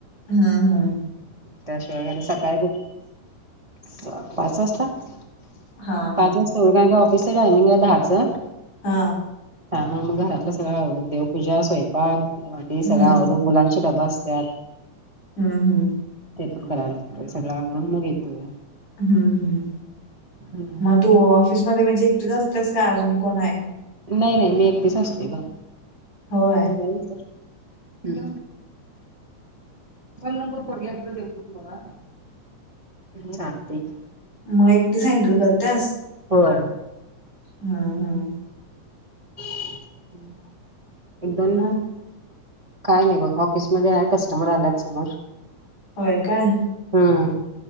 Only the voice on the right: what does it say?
त्याशिवाय <unintelligible> सकाळी बु पाच वाजता पाच वाजता. <unintelligible>
ऑफिसचं टायमिंगाय दहाचं.
त्यामुळ मग घरातलं सगळं आवरून देवपूजा, स्वयंपाक, भांडी
सगळं आवरून मुलांची डबा असतात त्यात
ते पन कराय लागतोय सगळं आवरून मग येतोय.
हम्म.
नाही नाही मी एकटीच असतोय गं‌.
<unintelligible> मोबाईल नंबर पोरग्याकडनं देतो तुम्हाला. चालतय की.
होय.
एक दोन मिंट
काय नाही बघ ऑफिसमध्ये हाय कस्टमर आल्यात समोर.
हम्म.